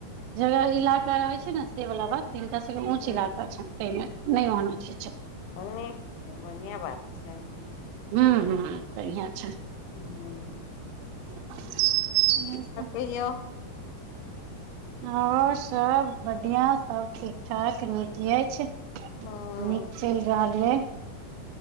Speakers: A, on the right; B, on the left.
A: जगह इलाका रहे छै ने से वाला बात त हिनका सबके
B: हँ
A: ऊंच इलाका छ ते मे नहि ओहन होय छै
B: नीक छै बढ़िया बात छै
A: हू हूँ बढ़िआ छै
B: हूँ
A: <inaudible>
B: कहिऔ
A: ह सब बढ़िआँ सब ठीक ठाक नीक अछि नीक
B: हँ
A: चलि रहल यै